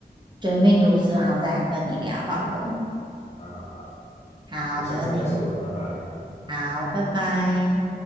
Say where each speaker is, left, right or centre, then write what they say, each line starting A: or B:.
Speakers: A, on the right (about 25°); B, on the left (about 40°).
A: 《绝命毒师》，然后再来跟你聊好了。
B: 好好好，
A: 好，
B: 我们下次再说，
A: 没问题。
B: 拜拜。
A: 好，拜拜。